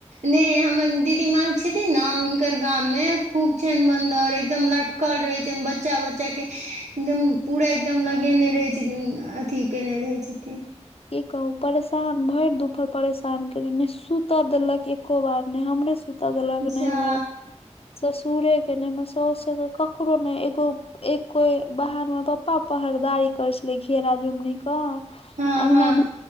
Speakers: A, on the right; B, on the left.
A: नै हमर दीदी माँ छथिन नै हुनकर गाम मे खूब छैन बन्दर एकदम लटकल रहय छैन, बच्चा-बच्चा के एकदम पूरा एकदम लगैने रहय छथिन अथी केनय रहय छथिन।
B: की कहू परेशान भैर दुपहर परेशान करय यै नै सुता देलक एको बार नै हमरे सुता देलक
A: जा
B: नै हमर ससुरे के नै हमर सोससे के ककरो नै एगो एक बेर बाहर मे पप्पा पहड़ेदारी करय छलै घेरा-झुमनी क
A: हँ
B: अंगना
A: हँ
B: में